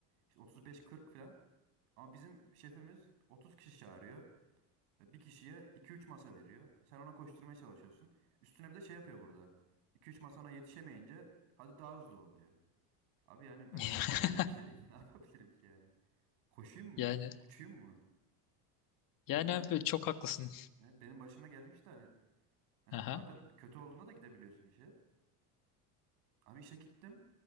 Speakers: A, on the right; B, on the left.
A: işte 35-40 falan. Ama bizim şefimiz 30 kişi çağırıyor. E, Bir kişiye 2-3 masa veriyor. Sen ona koşturmaya çalışıyorsun. Üstüne bir de şey yapıyor burada. 2-3 masana yetişemeyince hadi daha hızlı ol diyor. Abi yani ben
B: <laughs>
A: ne yapabilirim ki? <laughs> Ne yapabilirim ki yani? Koşayım mı?
B: Yani
A: Uçayım mı?
B: yani
A: Hani ben
B: abi çok haklısın.
A: evet benim başıma gelmişti hani Hani
B: Aha,
A: bazen kötü olduğuna da gidebiliyorsun işe. Abi işe gittim.